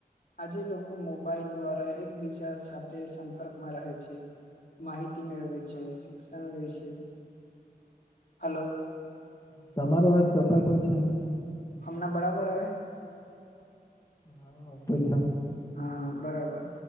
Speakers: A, on the left (about 55°); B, on the left (about 20°).
A: આજે લોકો મોબાઈલ દ્વારા એકબીજા સાથે સંપર્કમાં રહે છે માહિતી મેળવે છે શિક્ષણ લે છે. હલો
B: તમારો અવાજ જ કપાતો છે
A: હમણા બરાબર આવે
B: હા આવતો છે
A: હા બરાબર